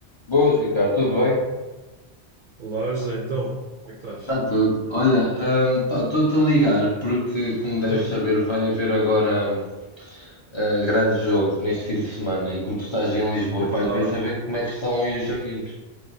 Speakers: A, on the left; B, on the right.
A: Boas, Ricardo, tudo bem?
B: Olá, José, então, como é que estás?
A: Está tudo. Olha, hum, pá, estou-te a ligar porque, como deves
B: Sim,
A: saber, vai haver agora hum, eh, grande jogo neste fim de semana e como tu estás em Lisboa,
B: é verdade,
A: pá, eu queria saber como é que estão aí os ânimos.